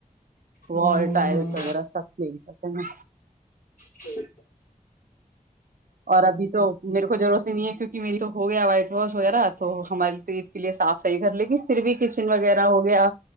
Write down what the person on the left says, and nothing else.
ہوں
ہوں
جی